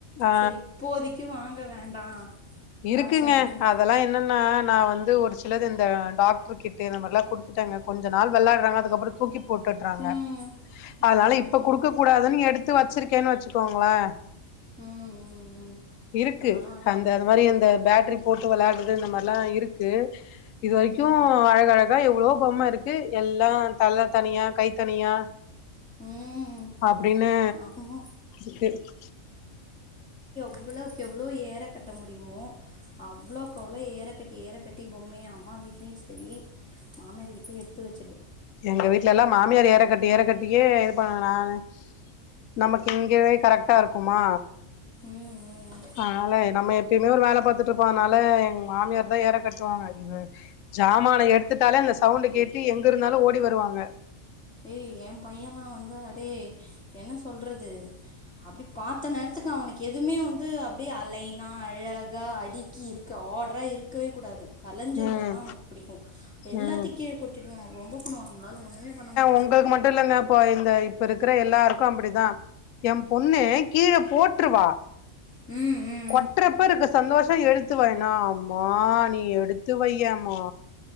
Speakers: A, on the left; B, in the centre.
A: ஆ
B: சரி இப்போதிக்கு வாங்க வே வேண்டா.... <unintelligible>
A: இருக்குங்க
B: காச எதுலயு
A: அதெல்லா என்னன்னா நா வந்து ஒரு சிலது இது இந்த டாக்டர் கிட்டு இந்த மாதிரல்லா குடுத்துட்டேங்க கொஞ்ச நாள் வெளாடுறாங்க அதுக்கப்ரோ தூக்கி போட்டுறாங்க
B: ம்
A: அதனால
B: ம்
A: இப்ப
B: ம்
A: குடுக்க கூடாதுன்னு எடுத்து வச்சிருக்கேனு வச்சுக்கோங்களே
B: ம் ம் ம்
A: இருக்கு
B: நானும் அதான்
A: அந்த எடோ ந்த மாரி
B: ம்
A: அந்த பேட்ரி போட்டு வெளையாடுறது நம் இது மார்லா இருக்கு இது வரைக்கு
B: ம்
A: அழகழகா எவ்ளோ கோவமா இருக்கு எல்லா தல தனியா கை தனியா
B: ம்
A: அப்டினு
B: ஆமா
A: இருக்
B: எவ்ளோக் எவ்ளோ ஏற கட்ட முடியுமோ அவ்ளோக்கு அவ்ளோ ஏறக்கட்டி ஏறக்கட்டி பொம்மைைய அம்மா வீட்லயு சேரி மாமியார் வீட்லயு எடுத்து வெச்
A: எங்க வீட்ல எல்லா மாமியார் ஏறக்கட்டி ஏறக்கட்டியே இது பா நானு <inaudible> நமக்கு இங்கவே கரெக்டா இருக் க்கு மா
B: ம் ம்
A: அதுனால நம்ம எப் இன்னொரு வேல பாத்துட்டு இருப்போ அதனால எங் மாமியார்டதா ஏற கட்டுவாங்க இவங்க ஜாமானோ எடுத்துட்டாலே அந்த சவுண்டு கேட்டு எங்க இருந்தாலு ஓடி டி வருவாங்க
B: ஏய் எம் பையலா வந்து அடே என்ன சொல்றது அப்டி பாத்த நேரத்துக்கு அவனுக்கு எதுமே வந்து அப்டியே அலைனா அழகா அடுக்கி இருக்க ஆடரா இருக்கவே கூடாது கலஞ்சு இருந்தாதா
A: ம்
B: அவனுக்கு புடிக்கு எல்லாத்தையு
A: ம்
B: கீழ கொட்டிவா ரொம்போ பண்ணுவா நம்பளால ஒண்ணுமே பண்ண முடி
A: உங்ளுக்கு மட்டு இல்லங்க இப்போ இந்த இப்ப இருக்குற எல்லாருக் க்கு அப்டிதா எம் பொண்ணு கீழ போட் ற்றுவா
B: ம் ம் ம்
A: கொட்றப்ப இருக்குற சந்தோஷோ எடுத்து வெய்னா அம்மா நீ எடுத்து வெய்யேம்மா